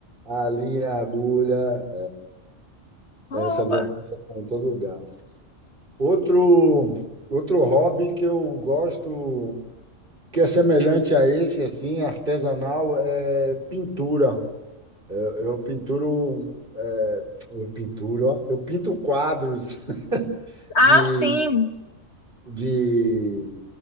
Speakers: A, on the right; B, on the left.
A: A, a linha, a agulha,
B: Rouba.
A: é, essa violência está em todo lugar. Outro, outro hobby que eu gosto, que é semelhante a esse, assim, artesanal, é pintura. Eu, eu pinturo, é, eu pinturo, ó, eu pinto quadros <laughs>
B: Ah,
A: de,
B: sim.
A: de,